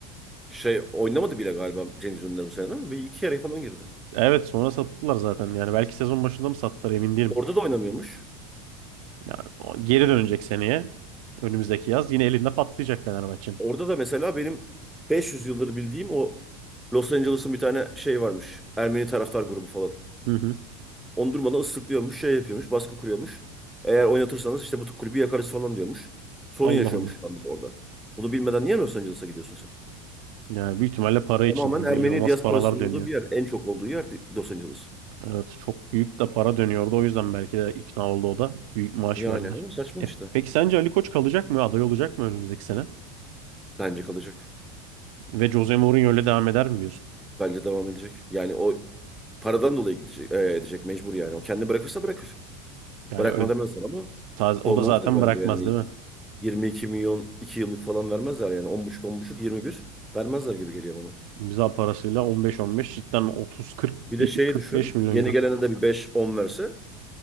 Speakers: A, in the centre; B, on the right.
A: şey oynamadı bile galiba Cengiz Ünder bu sene değil mi? Bir iki yarı falan girdi.
B: Evet sonra sattılar zaten. Yani belki sezon başında mı sattılar emin değilim.
A: Orada da oynamıyormuş.
B: Yani o geri dönecek seneye. Önümüzdeki yaz. Yine elinde patlayacak Fenerbahçe'nin.
A: Orada da mesela benim 500 yıldır bildiğim o Los Angeles'ın bir tane şey varmış. Ermeni taraftar grubu falan.
B: Hı hı.
A: Onu durmadan ıslıklıyormuş, şey yapıyormuş, baskı kuruyormuş. Eğer oynatırsanız işte bu kulübü yakarız falan diyormuş. Sorun
B: Allah
A: yaşıyormuş
B: Allah.
A: şu anda orada. Bunu bilmeden niye Los Angeles'a gidiyorsun sen?
B: Yani büyük ihtimalle para
A: Tamamen
B: için çünkü
A: Ermeni
B: inanılmaz
A: diasporasının
B: paralar dönüyor.
A: olduğu bir yer. En çok olduğu yer Los Angeles.
B: Evet çok büyük de para dönüyordu. O yüzden belki de ikna oldu o da. Büyük maaş
A: Yani
B: verdiler.
A: ama saçma
B: E,
A: işte.
B: peki sence Ali Koç kalacak mı? Aday olacak mı önümüzdeki sene?
A: Bence kalacak.
B: Ve Jose Mourinho öyle devam eder mi diyorsun?
A: Bence devam edecek. Yani o paradan dolayı gidecek, e, edecek mecbur yani. O kendi bırakırsa bırakır.
B: Yani
A: Bırakma
B: ö-
A: demezler ama
B: taz-
A: kovmazlar
B: o da zaten
A: bence
B: bırakmaz
A: yani.
B: değil mi?
A: 22 milyon 2 yıllık falan vermezler yani. 10,5 10,5 21 vermezler gibi geliyor bana.
B: İmza parasıyla 15-15 cidden 30-40-45
A: Bir de şeyi düşün.
B: milyon
A: Yeni
B: euro.
A: gelene de bir 5-10 verse.